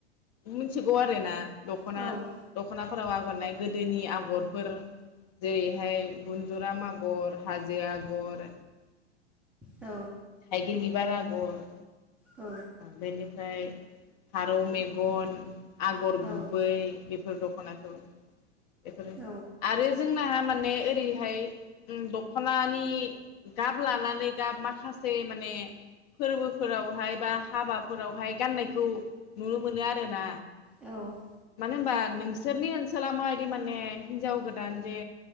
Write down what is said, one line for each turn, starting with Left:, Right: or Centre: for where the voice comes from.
Left: मिथिगौ आरोना दखना
Centre: औ
Left: दख दखनाफोराव आगरनाय गोदोनि आगरफोर जेरैहाय बुनन्दुराम आगर हाजो आगर
Centre: औ
Left: थाइगिर बिबार आगर
Centre: औ
Left: बेनिफ्राय फारौ मेगन आगर
Centre: औ
Left: गुबै बेफोर दख दखनाखौ बेफोरो
Centre: औ
Left: आरो जोंना माने हाय दखनानि गाब लानानै गाब माखासे गासै माने फोरबोफोरावहाय बा हाबाफोरावहाय गाननायखौ नुनो मोनो आरोना
Centre: औ
Left: मानो होनबा नोंसोरनि ओनसोला माबायदि माने हिनजाव गोदान जे